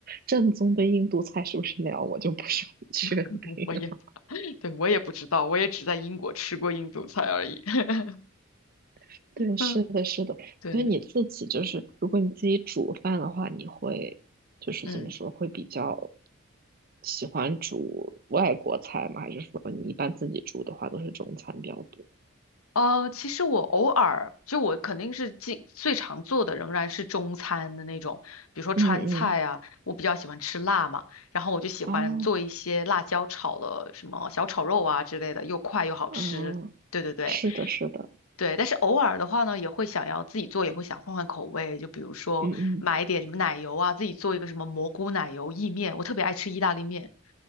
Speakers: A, on the right; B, on the left.
A: 正宗的印度菜是不是那样，我就不是很确定了
B: <laughs> 我也，<laughs> 对，我也不知道，我也只在英国吃过印度菜而已。<laughs>
A: <laughs> 对，
B: 嗯
A: 是的，是的。
B: 对，
A: 所以你自己就是，如果你自己煮饭的话，你会就是怎么说，
B: 嗯。
A: 会比较喜欢煮外国菜吗？还是说你一般自己煮的话都是中餐比较多？
B: 呃，其实我偶尔就我肯定是最最常做的仍然是中餐的那种，比如说川菜啊，
A: 嗯嗯，
B: 我比较喜欢吃辣嘛，然后我就喜欢做一些辣椒炒的什么小炒肉啊之类的，
A: 哦，
B: 又快又好吃。
A: 哦，
B: 对对对
A: 是的，是的，
B: 对，但是偶尔的话呢，也会想要自己做，也会想换换口味，就比如说买一点什么奶油啊，
A: 嗯嗯。
B: 自己做一个什么蘑菇奶油意面，我特别爱吃意大利面。